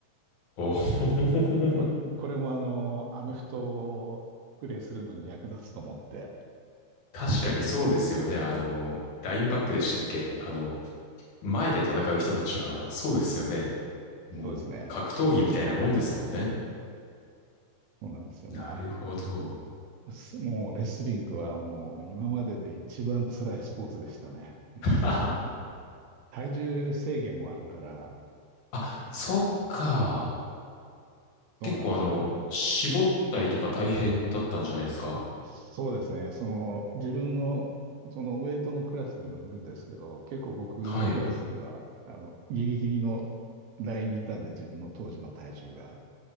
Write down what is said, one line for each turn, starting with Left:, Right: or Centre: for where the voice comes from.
Left: おー
Right: まあ、これもあの、アメフトをプレイするのに役立つと思って、
Left: <laughs> 確かにそうですよね、
Right: レスリング。
Left: あの、ラインバックでしたっけあの、前で戦う人たちは、そうですよね。もう、
Right: そうですね。
Left: 格闘技みたいなもんですもんね。
Right: そうなんですよ。
Left: なるほど。
Right: まあ、すもうレスリングはもう今までで一番辛いスポーツでしたね。本当にもう、
Left: <laughs>
Right: 体重制限もあるから、
Left: あ、
Right: あの、
Left: そっか。
Right: そうなんですよ。
Left: 結構あの、
Right: あの、
Left: 絞ったりとか大変だったんじゃないですか
Right: そうですね。その、自分の、そのウエイトのクラスにもよるんですけど、結構僕のクラスは、
Left: はい。
Right: あの、ギリギリのラインにいたんで、自分の当時の体重が。